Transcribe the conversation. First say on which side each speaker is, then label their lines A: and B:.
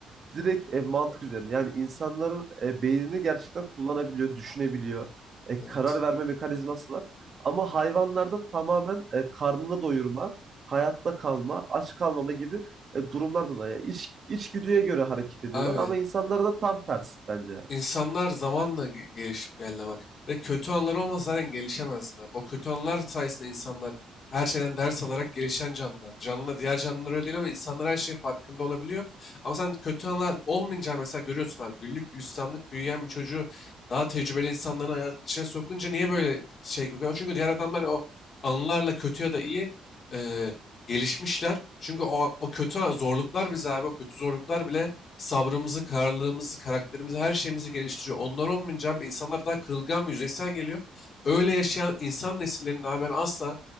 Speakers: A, on the right (about 45°); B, on the left (about 50°).
A: direkt e, mantık üzerine. Yani insanların e, beynini gerçekten kullanabiliyor, düşünebiliyor. E,
B: Evet.
A: karar verme mekanizması var. Ama hayvanlarda tamamen e, karnını doyurma, hayatta kalma, aç kalmama gibi e, durumlar dolayı. Yani İç, içgüdüye göre hareket ediyorlar
B: Abi
A: ama insanlarda tam tersi bence yani.
B: İnsanlar zamanla ge- gelişip geldi bak. Ve kötü anlar olmasa zaten gelişemezdin abi. O kötü anlar sayesinde insanlar her şeyden ders alarak gelişen canlılar. Canlı diğer canlılar öyle değil ama insanlar her şeyin farkında olabiliyor. Ama sen kötü anlar olmayınca mesela görüyorsun abi güllük gülistanlık büyüyen bir çocuğu daha tecrübeli insanların hayat içine sokunca niye böyle şey gibi görüyorsun? Çünkü diğer adamlar o anılarla kötü ya da iyi eee, gelişmişler. Çünkü o, o kötü zorluklar bize abi o kötü zorluklar bile sabrımızı, kararlılığımızı, karakterimizi, her şeyimizi geliştiriyor. Onlar olmayınca abi insanlar daha kırılgan ve yüzeysel geliyor. Öyle yaşayan insan nesillerinin abi ben asla